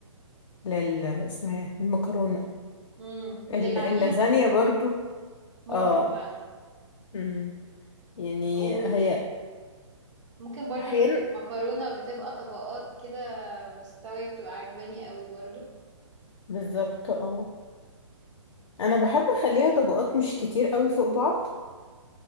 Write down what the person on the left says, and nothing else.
لل اسمها إيه؟ المكرونة
ال-
اللازانيا
برضو
اه
أمم. يعني
هي
احيانا
بالظبط اه انا بحب اخليها طبقات مش كتير قوي فوق بعض